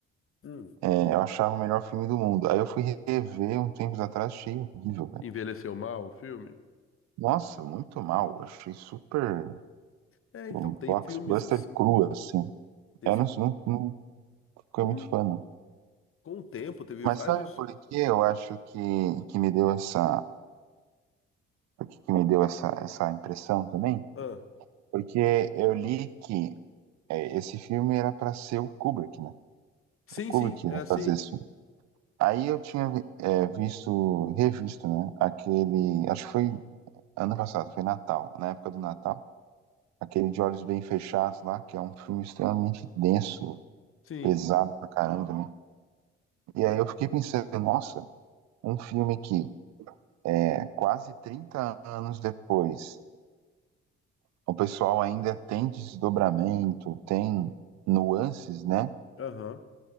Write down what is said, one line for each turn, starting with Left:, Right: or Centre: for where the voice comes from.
Left: hum,
Right: é, eu achava o melhor filme do mundo. Aí eu fui rever um tempo atrás, achei horrível, cara.
Left: Envelheceu mal o filme?
Right: Nossa, muito mal. Achei super
Left: É, então,
Right: um
Left: tem
Right: blockbuster
Left: filmes assim.
Right: cru, assim.
Left: Tem
Right: Eu
Left: filme.
Right: não, não, não fiquei
Left: Com,
Right: muito fã, não.
Left: com o tempo, teve
Right: Mas
Left: vários.
Right: sabe por que eu acho que, que me deu essa, por que que me deu essa, essa impressão também?
Left: Ah,
Right: Porque eu li que é, esse filme era para ser o Kubrick, né?
Left: sim,
Right: O Kubrick
Left: sim, é
Right: ia
Left: assim.
Right: fazer esse filme. Aí eu tinha vi- é, visto, revisto, né? Aquele, acho que foi ano passado, foi Natal, na época do Natal. Aquele De Olhos Bem Fechados lá, que é um filme extremamente denso,
Left: Sim.
Right: pesado pra caramba também. E aí eu fiquei pensando, nossa, um filme que é quase 30 anos depois o pessoal ainda tem desdobramento, tem nuances, né?
Left: Aham.